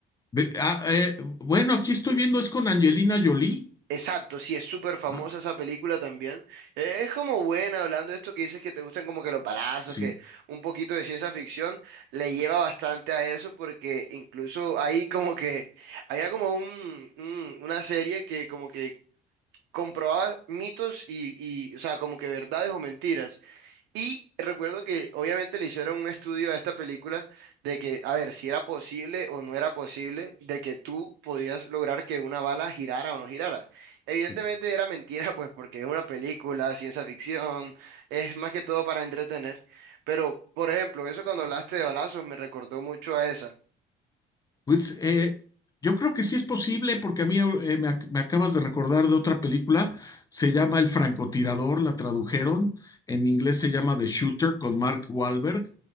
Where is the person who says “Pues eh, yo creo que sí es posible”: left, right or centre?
Left